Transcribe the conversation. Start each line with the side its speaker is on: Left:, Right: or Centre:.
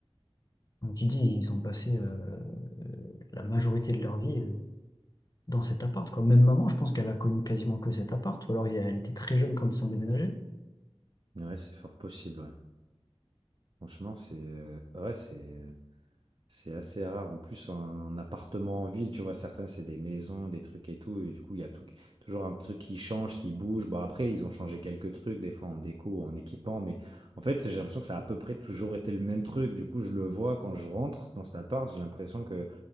Left: Donc tu dis, ils ont passé euh, la majorité de leur vie euh, dans cet appart, quoi. Même maman, je pense qu'elle a connu quasiment que cet appart, ou alors il y a- elle était très jeune quand ils sont déménagés.
Right: Ouais, c'est fort possible, ouais. Franchement, c'est, euh, ouais, c'est. C'est assez rare. En plus, en, en appartement en ville, tu vois, certains, c'est des maisons, des trucs et tout. Et du coup, il y a tout, qui- toujours un truc qui change, qui bouge. Bon, après, ils ont changé quelques trucs, des fois en déco, en équipant. Mais en fait, j'ai l'impression que ça a à peu près toujours été le même truc. Du coup, je le vois quand je rentre dans cet appart, j'ai l'impression que